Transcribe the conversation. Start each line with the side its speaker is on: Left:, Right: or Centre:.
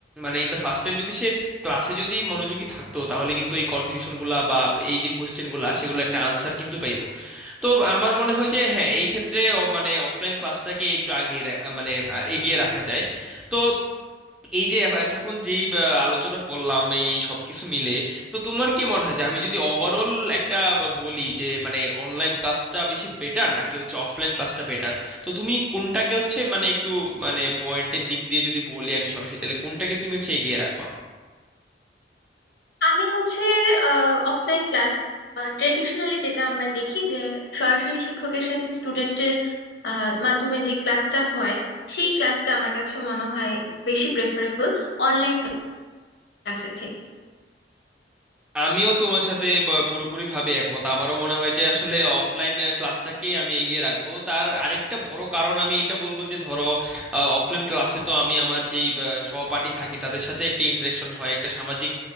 Centre: মানে ইন দ্য ফার্স্ট টাইম যদি সে ক্লাসে যদি মনোযোগী থাকতো তাহলে কিন্তু এই কনফিউশনগুলা বা এই যে কোশ্চেনগুলা সেগুলো একটা আনসার কিন্তু পেতো তো আমার মনে হয় যে হ্যাঁ এই ক্ষেত্রে অ- মানে অফলাইন ক্লাসটাকে একটু আগে মানে আহ, এগিয়ে রাখা যায় তো এই যে এতক্ষণ যেই আহ, আলোচনা করলাম এই সবকিছু মিলে তো তোমার কি মনে হয় যে আমি যদি ওভারঅল একটা ব- বলি যে মানে অনলাইন ক্লাসটা বেশি বেটার নাকি হচ্ছে অফলাইন ক্লাসটা বেটার তো তুমি কোনটাকে হচ্ছে মানে একটু মানে পয়েন্টের দিক দিয়ে যদি বলি আমি সরাসরি তাহলে কোনটাকে তুমি হচ্ছে এগিয়ে রাখবা
Left: আমি হচ্ছে অফলাইন ক্লাস বা ট্রেডিশনালি যেটা আমরা দেখি যে সরাসরি শিক্ষকের সাথে স্টুডেন্টের মাধ্যমে যে ক্লাসটা হয় সেই ক্লাসটা আমার কাছে মনে হয় বেশি প্রেফারেবল অনলাইন ক্লাসের থেকে
Centre: আমিও তোমার সাথে ব- পুরোপুরিভাবে একমত আমারও মনে হয় যে আসলে অফলাইন ক্লাসটাকেই আমি এগিয়ে রাখবো তার আরেকটা বড় কারণ আমি এটা বলবো যে ধরো অফলাইন ক্লাসে তো আমি আমার যেই আহ, সহপাঠী থাকি তাদের সাথে একটা ইন্টারেকশন হয় একটা সামাজিক